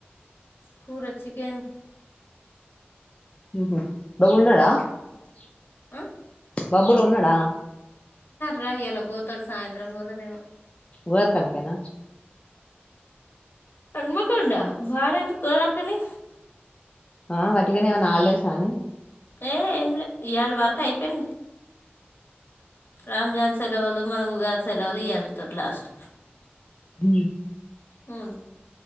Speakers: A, on the left (about 60°); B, on the left (about 25°).
A: కూర చికెన్
B: <unintelligible>
A: అ
B: బబ్బులు ఉన్నడా
A: రా ఇయ్యల పోతాడు సాయంత్రం పోతాడేమో
B: వల్ పక్కన
A: హన్మకొండ వాడెందుక్ కాదార్ కని
B: ఆ వట్టిగనే ఏవన్న హాల్డేసా అని
A: ఏ ఏంలే ఇయళ వర్క్ అయిపోయింది రాంజాన్ సెలవులు మన ఉగాది సెలవులు ఇయటి తోటి లాస్ట్
B: ఊ
A: ఊ